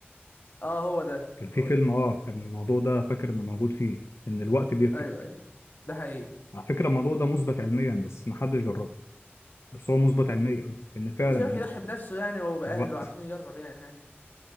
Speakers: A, on the left; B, on the left.
A: اه هو ده
B: كان في
A: هو
B: فيلم
A: ده
B: اه كان الموضوع ده فاكر انه موجود فيه ان الوقت بيفرق
A: ايوه ايوه ده حقيقي
B: على فكرة الموضوع ده مثبت علميا بس محدش جربه بس هو مثبت علميا ان فعلا
A: مش هيروح
B: ال...
A: يضحي بنفسه يعني وبأهله
B: الوقت
A: عشان يجرب يعني حاجة